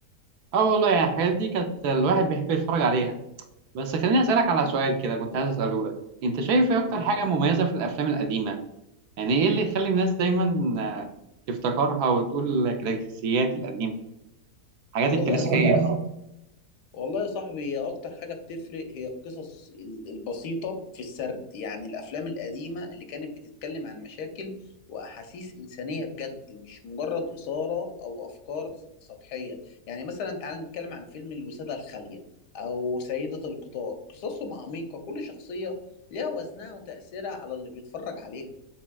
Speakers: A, on the right; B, on the left.
A: اه والله يعني الحاجات دي كانت الواحد بيحب يتفرج عليها بس خليني أسألك على سؤال كده كنت عايز أسأله لك أنت شايف إيه أكتر
B: مم.
A: حاجة مميزة في الأفلام القديمة؟ يعني إيه اللي يخلي الناس دايما آه، تفتكرها وتقول كلاسيكيات القديمة الحاجات
B: والله
A: الكلاسيكية
B: يا صاحبي والله يا صاحبي هي اكتر حاجة بتفرق هي القصص ال- البسيطة في السرد يعني الافلام القديمة اللي كانت بتتكلم عن مشاكل واحاسيس انسانية بجد مش مجرد اثارة او افكار سطحية يعني مثلا تعال نتكلم عن فيلم الوسادة الخالية او سيدة القطار قصصهم عميقة كل شخصية ليها وزنها وتأثيرها على اللي بيتفرج عليها